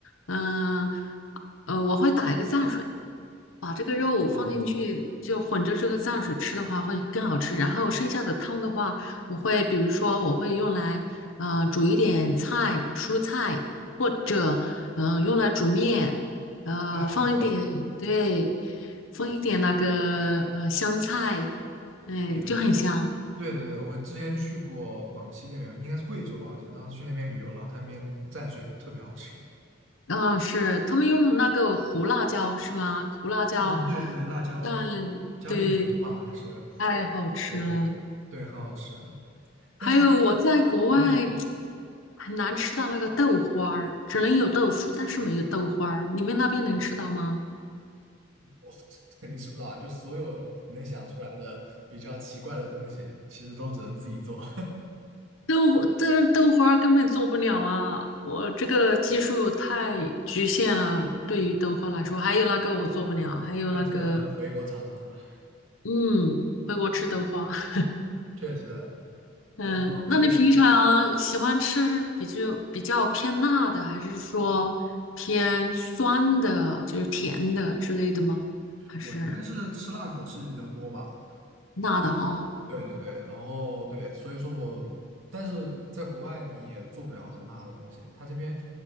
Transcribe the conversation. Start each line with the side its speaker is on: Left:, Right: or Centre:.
Left: 嗯呃，我会打一个蘸水，把这个肉放进去，
Right: 哦
Left: 就混着这个蘸水吃的话会更好吃。然后剩下的汤的话，我会比如说我会用来呃煮一点菜、蔬菜，或者嗯、呃用来煮面，呃放一点对，
Right: 哦，
Left: 放一点那个呃香菜，嗯就很香。
Right: 哎呦，对对对，我之前去过广西那边，应该是贵州吧，我记得当时去那边旅游，然后他那边蘸水就特别好吃。
Left: 啊，是他们用那个胡辣椒是吗？胡辣椒
Right: 嗯，对对，辣椒，
Left: 蘸，
Right: 浇点油吧，
Left: 对，
Right: 还是
Left: 太好吃了。
Right: 对对，很好吃。但是，
Left: 还有我在国外
Right: 嗯，
Left: 很难吃到那个豆花儿，只能有豆腐，但是没有豆花儿。你们那边能吃到吗？
Right: 我肯定吃不到啊，就所有你能想出来的比较奇怪的东西，其实都只能自己做，
Left: 豆花，但是豆花儿根本做不了啊！我这个技术太局限了，对于豆花来说，还有那个我做不了，
Right: <laughs>
Left: 还有那个，
Right: 那只能回国尝尝了。
Left: 嗯，回国吃豆花。<laughs>
Right: 确实，
Left: 嗯，
Right: 然后对，
Left: 那你平常喜欢吃比较比较偏辣的，还是说偏酸的，就是甜的之类的吗？还是
Right: 我应该是吃辣口吃的比较多吧。
Left: 辣的哈？
Right: 对对对，然后对，所以说我，但是在国外你也做不了很辣的东西。他这边，